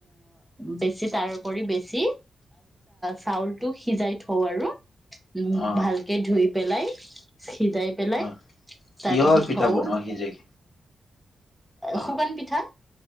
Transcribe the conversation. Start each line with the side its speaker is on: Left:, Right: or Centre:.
Centre: বেছি তাৰপৰি বেছি, চাউলটো সিজাই থওঁ আৰু। উম
Left: অ
Centre: ভালকে ধুই। পেলাই। থ যায় পেলাই
Left: অ
Centre: <unintelligible>
Left: কিহৰ
Centre: পাছত
Left: পিঠা
Centre: থওঁ
Left: বনোৱা হিজাই। আহ
Centre: শুকান পিঠা